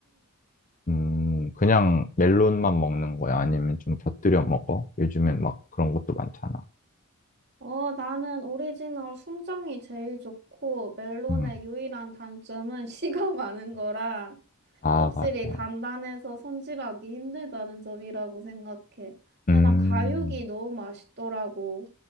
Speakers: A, on the left; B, on the right.
A: 음, 그냥 멜론만 먹는 거야? 아니면 좀 곁들여 먹어? 요즘엔 막 그런 것도 많잖아.
B: 어, 나는 오리지널 순정이 제일 좋고, 멜론의
A: 음.
B: 유일한 단점은 <laughs> 씨가 많은 거라,
A: 아,
B: 껍질이
A: 맞아.
B: 단단해서 손질하기 힘들다는 점이라고 생각해. 아니,
A: 음,
B: 난 가육이 너무 맛있더라고.